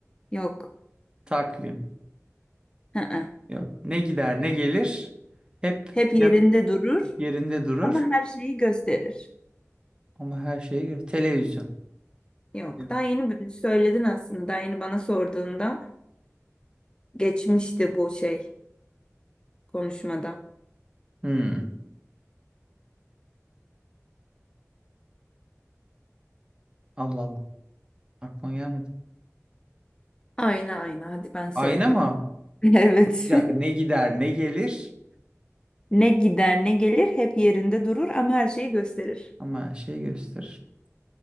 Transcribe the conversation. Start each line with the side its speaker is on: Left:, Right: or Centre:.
Left: Yok.
Right: Takvim.
Left: Hı hı.
Right: Yok. Ne gider, ne gelir? Hep
Left: Hep yerinde
Right: ya-
Left: durur
Right: yerinde durur.
Left: ama her şeyi gösterir.
Right: Ama her şeye göre. Televizyon.
Left: Yok.
Right: Yok.
Left: Daha yeni bir- söyledin aslında. Daha yeni bana sorduğunda geçmişti bu şey konuşmada.
Right: Hmm. Allah Allah. Aklıma gelmedi.
Left: Ayna ayna hadi ben söyleyeyim.
Right: Ayna mı?
Left: <laughs> Evet.
Right: Bir dakika.
Left: <laughs>
Right: Ne gider, ne gelir?
Left: Ne gider ne gelir hep yerinde durur ama her şeyi gösterir.
Right: Ama her şeyi gösterir.